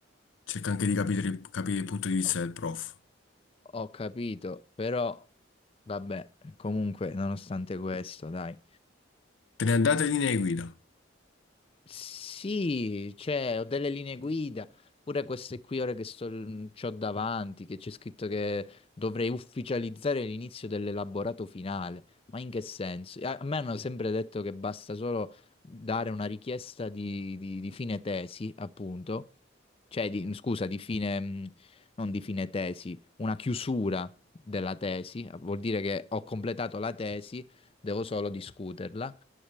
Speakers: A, on the left; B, on the left.
A: Cerca anche di capire, capire il punto di vista
B: ok.
A: del prof.
B: Ho capito, però vabbè, comunque, nonostante questo, dai.
A: Te ne andate linee guida.
B: Sì, cioè, ho delle linee guida, pure queste qui ora che sto, mhmm, c'ho davanti, che c'è scritto che dovrei ufficializzare l'inizio dell'elaborato finale. Ma in che senso? A a me hanno sempre detto che basta solo dare una richiesta di, di- di fine tesi, appunto, cioè, di- mhmm, scusa, di fine, mh, non di fine tesi, una chiusura della tesi, vuol dire che ho completato la tesi devo solo discuterla.